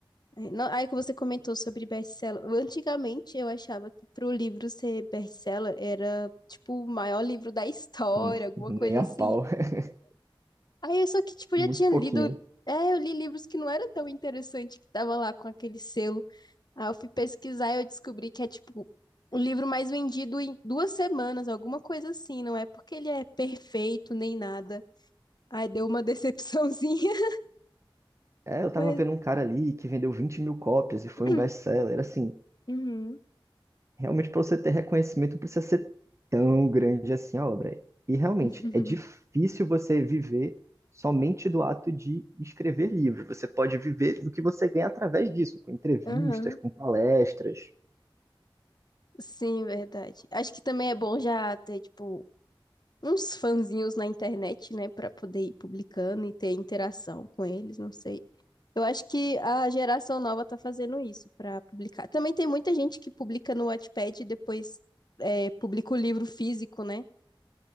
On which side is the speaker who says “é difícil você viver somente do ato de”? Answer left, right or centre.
Right